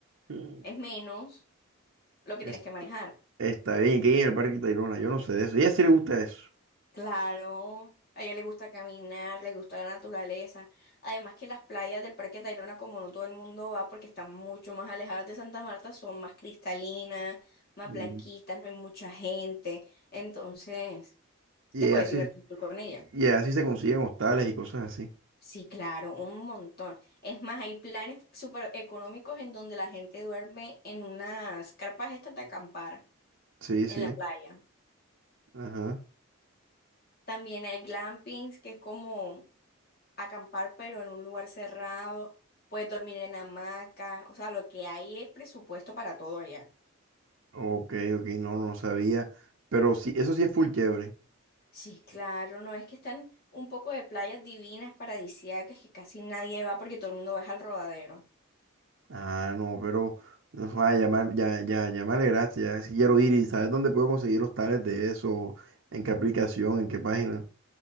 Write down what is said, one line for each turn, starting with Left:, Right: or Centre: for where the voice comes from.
Right: mm,
Left: es menos lo que
Right: es-
Left: tienes que manejar.
Right: está bien, que en el Parque Tayrona, yo no sé de eso. Y a ella sí le gusta eso.
Left: Claro, a ella le gusta caminar, le gusta la naturaleza. Además que las playas del Parque Tayrona, como no todo el mundo va porque están mucho más alejadas de Santa Marta, son más cristalinas, más
Right: Mm.
Left: blanquitas, no hay mucha gente. Entonces,
Right: Y
Left: te puedes
Right: así,
Left: divertir tú con ella.
Right: y así se consiguen hostales y cosas así.
Left: Sí, claro, un montón. Es más, hay planes súper económicos en donde la gente duerme en unas carpas estas de acampar.
Right: Sí,
Left: en
Right: sí.
Left: la playa.
Right: Ajá.
Left: También hay glampings, que es como acampar, pero en un lugar cerrado. Puedes dormir en hamaca. O sea, lo que hay es presupuesto para todo allá.
Right: Ok, ok, no, no sabía. Pero sí, eso sí es full quiebre.
Left: Sí, claro, no es que están un poco de playas divinas, paradisíacas, que casi nadie va porque todo el mundo va es al rodadero.
Right: Ah, no, pero no, ah, ya, me- ya, ya, ya me alegraste, ya sí quiero ir y ¿sabes dónde puedo conseguir los tales de eso? ¿En qué aplicación? ¿En qué página?